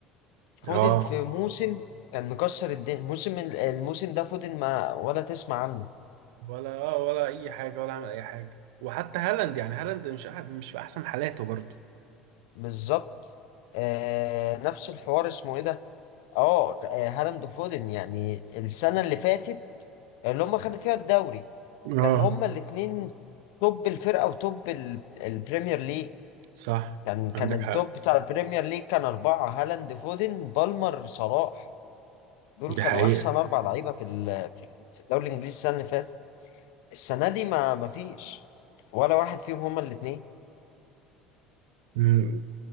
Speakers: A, on the left (about 65°); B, on the right (about 65°).
A: فودن
B: اه
A: في موسم كان مكسر الدنيا الموسم الموسم ده فودن ما ولا تسمع عنه
B: ولا اه ولا اي حاجه ولا عمل اي حاجه وحتى هالاند يعني هالاند مش أح- مش في احسن حالاته برضه
A: بالظبط آه نفس الحوار اسمه ايه ده اه آه، هالاند وفودن يعني السنه اللي فاتت اللي هم خدوا فيها الدوري
B: اه
A: كان هما الاتنين توب الفرقة وتوب ال- البريمير ليج
B: صح
A: كان كان
B: عندك
A: التوب
B: حق
A: بتاع البريمير ليج كان أربعة هالاند فودن بالمر صلاح دول
B: دي
A: كانوا
B: حقيقة
A: أحسن أربع لعيبة في ال- في في الدوري الإنجليزي السنة اللي فاتت السنة دي ما ما فيش ولا واحد فيهم هما الاتنين
B: مم.